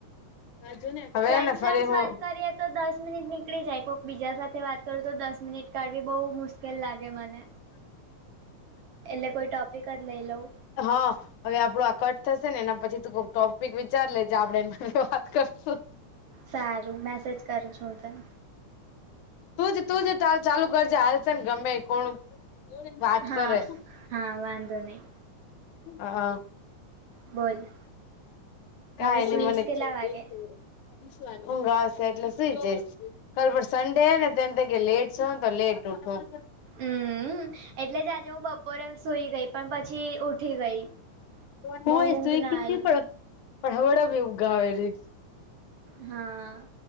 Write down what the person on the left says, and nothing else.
આ જોને. હવેને
ફરી
હું
<inaudible>
હ. હવે આપડું આ કટ થશે ને એના પછી તું કોક ટોપિક વિચાર લેજ આપડે એ વાત કરશું.
તું જ તુંજ ચાલુ કરજે હાલશે ને ગમે કોણ વાત
કરે
અ હ.
કાંઈ
નહી
મને
ઊંઘ આવશે એટલે સુું જઈશ. કાલ પર સન્ડે હે ને તો એમ થાય કે લેટ સૂવું ને તો લેટ ઉઠું.
હુંય
સુઈ
ગીતી
પણ પણ હવળ ભી ઊંઘ આવેલી.